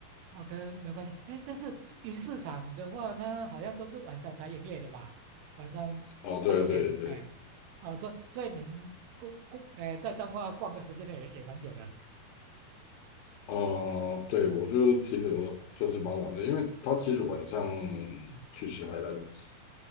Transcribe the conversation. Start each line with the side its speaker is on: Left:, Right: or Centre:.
Right: OK 没关系，哎，但是鱼市场的话，它好像都是晚上才营业的吧？晚上八九点，
Left: 哦，对对对，
Right: 哎，哦，所以所以您逛逛，哎，在彰化逛的时间也也蛮久的，
Left: 呃，对我就停留算是蛮晚的，因为他其实晚上
Right: 嗯，
Left: 去吃海南子，